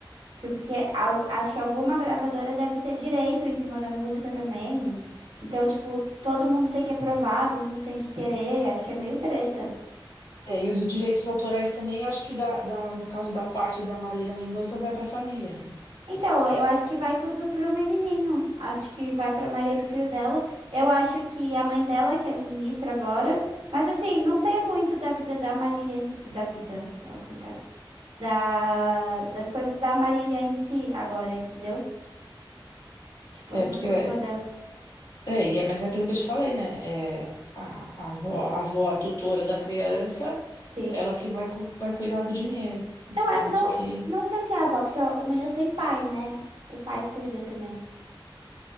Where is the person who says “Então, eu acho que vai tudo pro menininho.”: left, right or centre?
Right